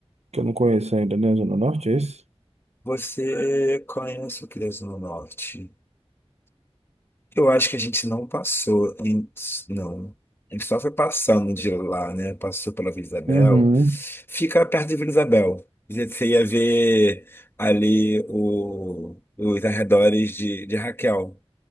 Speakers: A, on the right (about 80°); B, on the left (about 20°).
A: que eu não conheço ainda, né? Zona norte, é isso?
B: Você conhece o Criança no Norte? Eu acho que a gente não passou, em- não. A gente só foi passando de lá, né? Passou pela Vila Isabel.
A: Uhum.
B: Fica perto de Vila Isabel. Você ia ver ali o- os arredores de, de Raquel,